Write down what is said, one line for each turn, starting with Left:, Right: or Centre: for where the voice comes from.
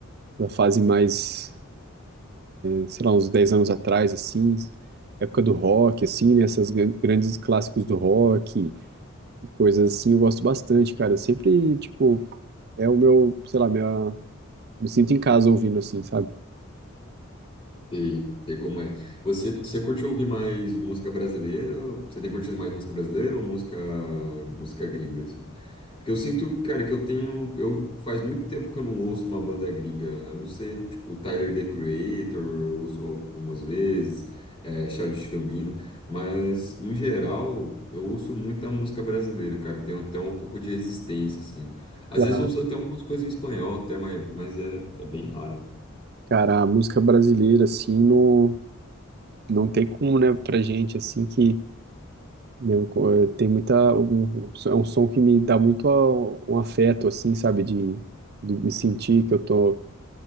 Right: da fase mais, eh, sei lá, uns 10 anos atrás, assim, época do rock, assim, né, essas gran- grandes clássicos do rock e coisas assim, eu gosto bastante, cara. Sempre, tipo, É o meu, sei lá, minha, me sinto em casa ouvindo assim, sabe?
Left: Sei, sei como é. Você, você curte ouvir mais música brasileira? Você tem curtido mais música brasileira ou música, música gringa, assim? Porque eu sinto, cara, que eu tenho. Eu, faz muito tempo que eu não ouço uma banda gringa. A não ser, tipo, Tyler, The Creator, eu ouço algumas vezes, é, Childish Gambino. Mas, no geral, eu ouço muita música brasileira, cara. Tenho até um pouco de resistência, assim. Às
Right: Claro.
Left: vezes eu ouço até algumas coisas em espanhol, até, mas, mas é, é bem raro.
Right: Cara, a música brasileira, assim, no, não tem como, né, pra gente, assim, que né, eu co- eh, tem muita. Um, é um som que me dá muito a- um afeto, assim, sabe? De, de me sentir que eu tô